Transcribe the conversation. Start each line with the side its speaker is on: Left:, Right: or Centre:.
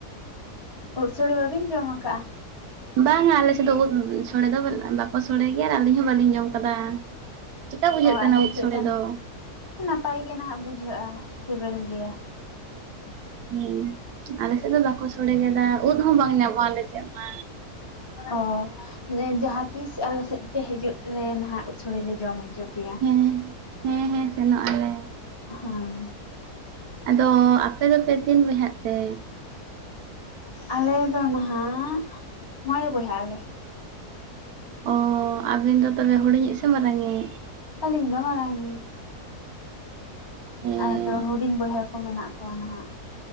Left: ᱳᱫ ᱥᱳᱲᱮ ᱵᱟᱹᱵᱤᱱ ᱡᱚᱢ ᱠᱟᱜᱼᱟ?
Right: ᱵᱟᱝᱼᱟ ᱟᱞᱮᱥᱮᱫ ᱫᱚ ᱳᱫ ᱥᱳᱲᱮ ᱫᱚ ᱵᱟᱠᱚ ᱥᱳᱲᱮ ᱜᱮᱭᱟ ᱟᱨ ᱟᱹᱞᱤᱧ ᱦᱚᱸ ᱵᱟᱹᱞᱤᱧ ᱡᱚᱢ ᱠᱟᱫᱟ᱾ ᱪᱤᱠᱟ ᱵᱩᱡᱷᱟᱹᱜ
Left: ᱚ ᱟᱞᱮ
Right: ᱠᱟᱱᱟ ᱳᱫ
Left: ᱥᱮᱫ
Right: ᱥᱚᱲᱮ ᱫᱚ?
Left: ᱱᱟᱯᱟᱭ ᱜᱮ ᱱᱟᱦᱟᱜ ᱵᱩᱡᱷᱟᱹᱜᱼᱟ ᱥᱮᱵᱮᱞ ᱜᱮᱭᱟ᱾
Right: ᱦᱮᱸ ᱟᱞᱮ ᱥᱮᱫ ᱫᱚ ᱵᱟᱠᱚ ᱥᱚᱲᱮᱟ ᱳᱫ ᱦᱚᱸ ᱵᱟᱝ ᱧᱟᱢᱚᱜᱼᱟ ᱟᱞᱮ ᱥᱮᱜ ᱢᱟ᱾
Left: ᱚ ᱡᱟᱦᱟᱸᱛᱤᱥ ᱟᱞᱮ ᱥᱮᱜ ᱯᱮ ᱦᱤᱡᱩᱜ ᱨᱮ ᱱᱟᱦᱟᱜ ᱳᱫ ᱥᱚᱲᱮ ᱞᱮ ᱡᱚᱢ ᱦᱚᱪᱚ ᱯᱮᱭᱟ
Right: ᱦᱮᱸ ᱦᱮᱸ ᱦᱮᱸ ᱥᱮᱱᱚᱜ ᱟᱞᱮ
Left: ᱦᱮᱸ᱾
Right: ᱟᱫᱚ ᱟᱯᱮ ᱫᱚ ᱯᱮ ᱛᱤᱱ ᱵᱚᱭᱦᱟᱜ ᱛᱮ?
Left: ᱟᱞᱮᱫᱚ ᱱᱟᱦᱟᱜ ᱢᱚᱬᱮ ᱵᱚᱭᱦᱟ ᱟᱞᱮ᱾
Right: ᱚ ᱟᱹᱵᱤᱱ ᱫᱚ ᱛᱚᱵᱮ ᱦᱩᱰᱤᱧᱤᱡ ᱥᱮ ᱢᱟᱨᱟᱝᱼᱤᱡ?
Left: ᱟᱞᱤ ᱫᱚ ᱢᱟᱨᱟᱝ ᱤᱡ᱾
Right: ᱦᱮᱸ
Left: ᱟᱫᱚ ᱦᱩᱰᱤᱧ ᱵᱚᱭᱦᱟ ᱠᱚ ᱢᱮᱱᱟᱜ ᱠᱚᱣᱟ ᱱᱟᱦᱟᱜ᱾